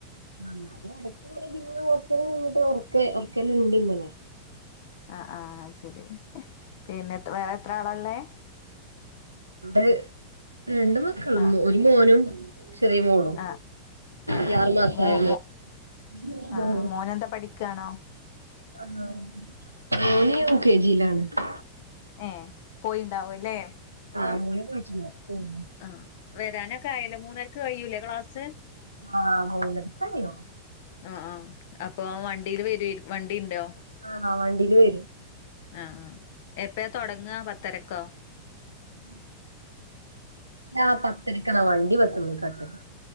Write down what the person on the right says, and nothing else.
ആ അത് അടത്ത പിന്ന ഓത്തങ്ങിട്ട് ഉറക്ക ഉറക്കല്ലാം ഉണ്ട് ഇങ്ങനെ
ര രണ്ട് മക്കള
ഒരു മോനും ചെറിയ മോളും
ഈ
ആറു മാസായ
മോളും
ആ എൽ ക്കെജിയിലാണ്
ആ് മോനെ പോഴട്ട <unintelligible>
ആഹ് മൂന്നരക്ക് കഴിയും
ആഹ്‌ വണ്ടീല് വരും
ഉം ആ പത്തരക്കാ വണ്ടി പത്ത് മണിക്കാഎത്തല്